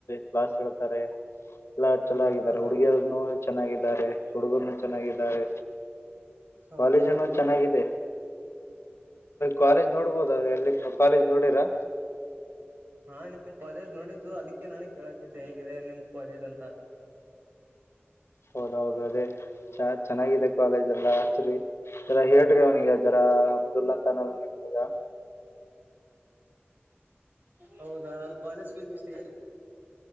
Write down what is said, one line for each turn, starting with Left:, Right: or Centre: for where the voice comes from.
Left: ಕ್ಲಾಸ್ ಹೇಳ್ತಾರೆ ಎಲ್ಲ ಚೆನ್ನಾಗಿದ್ದಾರೆ
Right: ಹಾ ಹಾ
Left: ಹುಡುಗಿಯರುನು ಚೆನ್ನಾಗಿದ್ದಾರೆ ಹುಡುಗರುನು ಚೆನ್ನಾಗಿದ್ದಾರೆ
Right: ಹೌದಾ
Left: ಕಾಲೇಜನು ಚೆನ್ನಾಗಿದೆ ಕಾಲೇಜ್ ನೋಡ್ಬೋದ ಎಲ್ಲಿ ಕಾಲೇಜ್ ನೋಡಿರಾ
Right: ಹಾ ನೀನ್ ಕಾಲೇಜ್ ನೋಡಿದ್ದು ಅದಕ್ಕೆ ನಾನ ಕೇಳಕ್ ಹೇಗಿದೆ ನಿಮ್ದ ಕಾಲೇಜ್ ಅಂತ
Left: ಹೌದ ಹೌದು ಅದೇ ಚೆನ್ನಾಗಿದೆ ಕಾಲೇಜ್ ಎಲ್ಲ ಹಚ್ಚರಿ ಎಲ್ಲ ಹೇಳೇಟ್ರಿ ಅವನಿಗೆ ಇದರಾ ಅಬ್ದುಲ್ಲಾ ಅಂತಾನಲ್ಲ ನಿತದ
Right: ಹೌದಾ ಕಾಲೇಜ್ ಫೀಸ್ ಎಷ್ಟ ಐತೆ